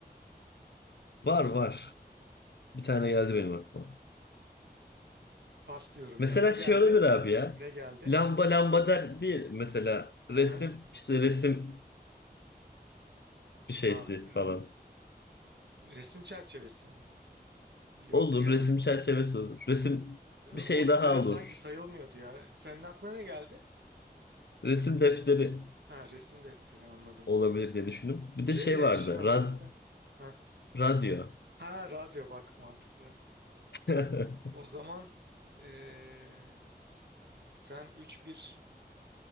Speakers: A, on the left (about 85°); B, on the right (about 85°).
A: Var var. Bir tane geldi benim aklıma.
B: Pas diyorum
A: Mesela
B: ya. Ne geldi?
A: şey olabilir abi ya.
B: Ne geldi?
A: Lamba lamba der değil. Mesela
B: Hı
A: resim
B: hı.
A: işte resim bir şeysi
B: Ta- r-
A: falan.
B: resim çerçevesi mi? Yok
A: Olur
B: ya.
A: resim çerçevesi olur. Resim
B: E, O,
A: bir şey daha
B: öyle
A: olur.
B: sanki sayılmıyordu ya. Senin aklına ne geldi?
A: Resim defteri.
B: Ha resim defteri anladım.
A: olabilir diye düşündüm. Bir
B: R
A: de şey
B: ile
A: vardı.
B: eşya
A: Rad
B: harbiden. Ha,
A: radyo.
B: ha radyo bak mantıklı.
A: <laughs>
B: O zaman e, sen üç bir